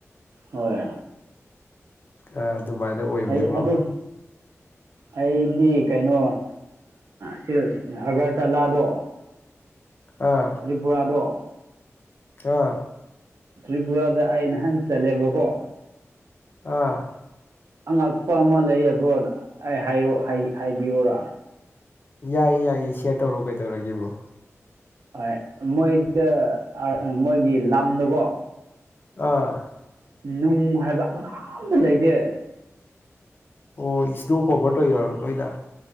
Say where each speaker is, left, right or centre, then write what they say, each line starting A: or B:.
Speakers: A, on the right (about 75°); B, on the left (about 40°).
A: ꯍꯣꯏ꯫
B: ꯑꯥ ꯗꯨꯃꯥꯏꯅ ꯑꯣꯏꯕꯅꯦ
A: ꯑꯩ
B: ꯕ꯭ꯔꯣ꯫
A: ꯑꯗꯨ ꯑꯩꯗꯤ ꯀꯩꯅꯣ ꯑ ꯁꯤꯜ ꯑꯒꯔꯇꯥꯂꯥꯗꯣ
B: ꯑꯥ꯫
A: ꯇ꯭ꯔꯤꯄꯨꯔꯥꯗꯣ
B: ꯑꯥ꯫
A: ꯇ꯭ꯔꯤꯄꯨꯔꯥꯗ ꯑꯩ ꯅꯍꯥꯟ ꯆꯠꯂꯦꯕꯀꯣ꯫
B: ꯑꯥ꯫
A: ꯑꯉꯛꯄ ꯑꯃ ꯂꯩꯌꯦ ꯕ꯭ꯔꯣ ꯑꯩ ꯍꯥꯏꯌꯣ ꯍꯥꯏ ꯍꯥꯏꯕꯤꯌꯣꯔꯥ꯫
B: ꯌꯥꯏꯌꯦ-ꯌꯥꯏꯌꯦ ꯁꯦꯌꯔ ꯇꯧꯔꯛꯑꯣ ꯀꯩꯗꯧꯔꯒꯦ ꯕ꯭ꯔꯣ꯫
A: ꯍꯣꯏ ꯃꯣꯏꯗ ꯑꯔ ꯃꯣꯏꯒꯤ ꯂꯝꯗꯣꯀꯣ
B: ꯑꯥ꯫
A: ꯅꯨꯡ ꯍꯥꯏꯕ ꯑꯃꯥꯇ ꯂꯩꯇꯦ꯫
B: ꯑꯣ ꯏꯁ꯭ꯅꯣ ꯀꯣꯕꯔ ꯇꯧꯔꯤꯔꯣ ꯂꯣꯏꯅ꯫